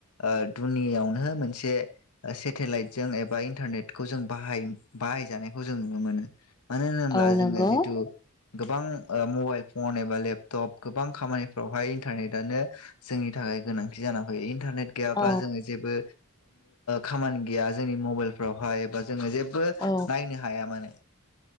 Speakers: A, on the left (about 85°); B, on the left (about 20°).
A: ओ दुनियावनो मोनसे ओसेटेलाइटजों एबा इन्टारनेटखौ जों बाहाय बाहायजानायखौ जों नुनो मोनो मानो होनोब्ला
B: औ नंगौ
A: जोङो जिथु गोबां ओ मबाइल फन एबा लेपटप गोबां खामानिफ्रावहाय इन्टारनेटानो जोंनि थाखाय गोनांथि जानानै फैयो इन्टारनेट गैयाब्ला
B: औ
A: जोङो जेबो खामानि गैया जोंनि मबाइल फ्रावहाय बा जोङो जेबो
B: औ
A: नायनो हायामोन